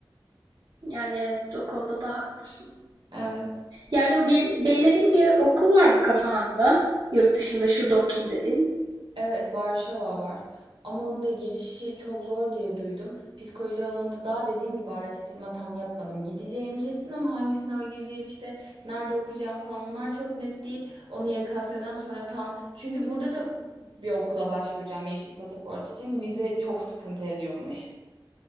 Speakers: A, on the right; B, on the right.
A: yani evet o konuda da haklısın.
B: Evet.
A: Yani o bir, belirlediğin bir okul var mı kafanda? Yurt dışında şurada okuyayım dediğin.
B: Evet, Varşova var. Ama onun da girişi çok zor diye duydum. Psikoloji alanında daha dediğim gibi araştırma tam yapmadım. Gideceğim kesin ama hangi sınava gireceğim işte nerede okuyacağım falan onlar çok net değil. Onu YKS'den sonra tam çünkü burada da bir okula başvuracağım yeşil pasaport için. Vize çok sıkıntı ediyormuş.